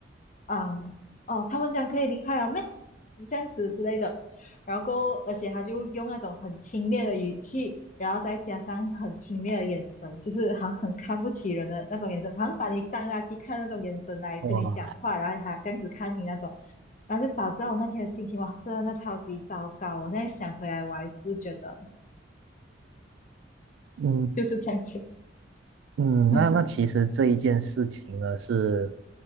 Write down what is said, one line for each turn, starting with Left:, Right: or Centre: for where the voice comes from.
Left: 嗯，哦，他们讲可以离开了咩？这样子之类的。然后，而且他就用那种很轻蔑的语气，然后再加上很轻蔑的眼神，就是好像很看不起人的那种眼神，好像把你当垃圾看那种眼神来跟你讲话，
Right: 哇，
Left: 然后还这样子看你那种，然后就导致我那天的心情哇，真的超级糟糕。我现在想回来，我还是觉得
Right: 嗯
Left: 就是这样子。
Right: 嗯，
Left: <laughs>
Right: 那那其实这一件事情呢是